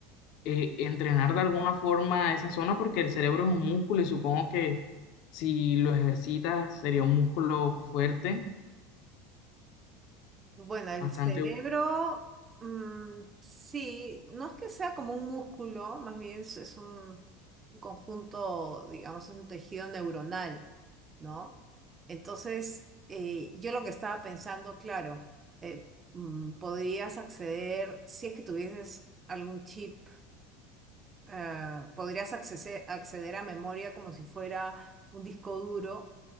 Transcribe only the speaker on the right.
Bueno, el
cerebro,
mm, sí, no es que sea como un músculo, más bien es es un un conjunto, digamos, es un tejido neuronal, ¿no? Entonces, eh, yo lo que estaba pensando, claro, eh, mm, podrías acceder, si es que tuvieses algún chip, ah, podrías accese- acceder a memoria como si fuera un disco duro,